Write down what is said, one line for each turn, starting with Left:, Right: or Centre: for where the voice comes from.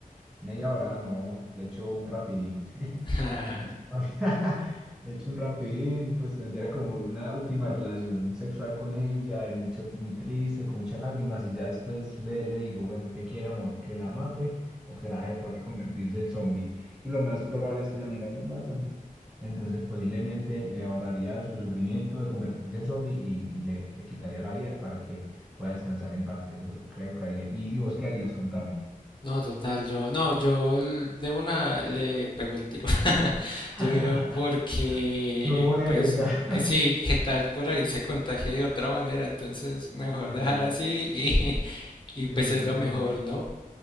Centre: Media hora, no, le echo un rapidín. <laughs>
Left: <laughs>
Centre: Le echo, <laughs> le echo un rapidín, pues tendría como una última relación sexual con ella y mucho, muy triste, con muchas lágrimas y ya después le, le digo, bueno, ¿qué quiere amor? ¿Que la mate o que la deje por ahí convertirse en zombie? Y lo más probable es que ella me diga, no, mátame. Entonces posiblemente le ahorraría su sufrimiento de convertirse en zombie y, y le, le quitaría la vida para que pueda descansar en paz. Eso creo que haría. ¿Y, y vos qué harías? Contame.
Left: No, total, yo, no, yo el- de una le pego el tiro. <laughs>
Centre: <laughs>
Left: Yo digo porque,
Centre: No me voy
Left: pues,
Centre: a arriesgar.
Left: eh,
Centre: <laughs>
Left: sí, qué tal por ahí se contagia de otra manera, entonces mejor
Centre: Sí,
Left: dejar así y, <laughs> y
Centre: tenés
Left: pues es
Centre: razón.
Left: lo mejor, ¿no?